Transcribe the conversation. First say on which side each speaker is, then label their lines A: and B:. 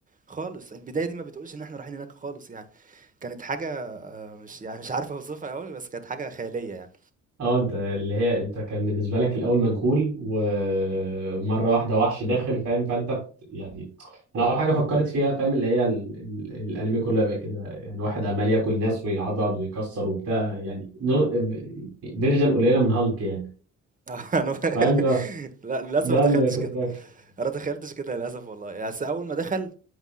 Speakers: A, on the right; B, on the right.
A: خالص البداية دي ما بتقولش ان احنا رايحين هناك خالص يعني كانت حاجة مش يعني مش عارف اوصفها قوي بس كانت حاجة خيالية يعني
B: اه انت اللي هي انت كان بالنسبه لك الاول مجهول ومره واحده وحش داخل فاهم فانت بت... يعني انا اول حاجه فكرت فيها فاهم اللي هي ال... ال... الانمي كله يبقى كده يعني واحد عمال ياكل ناس ويعضض ويكسر وبتاع يعني نو... فيرجن قليله من هالك يعني
A: آه، أنا <laughs> ب
B: فاهم بقى
A: لأ للأسف
B: ده
A: ما تخيّلتش
B: اللي كنت
A: كده،
B: فاكره
A: أنا ما تخيّلتش كده للأسف والله، يعني بس أول ما دخل